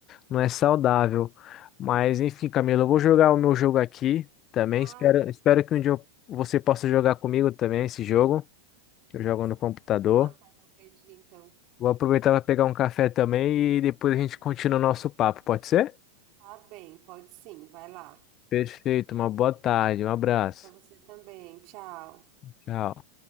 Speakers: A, on the left (about 40°); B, on the right (about 50°).
A: não é saudável. Mas enfim, Camila, eu vou jogar o meu jogo aqui também.
B: Ah,
A: Espero, espero que um dia eu- você possa jogar comigo também esse jogo.
B: beleza.
A: Eu jogo no computador.
B: Vamos marcar qualquer dia, então.
A: Vou aproveitar para pegar um café também e depois a gente continua o nosso papo, pode ser?
B: Tá bem, pode sim, vai lá.
A: Perfeito, uma boa tarde, um abraço.
B: Pra você também, tchau.
A: Tchau.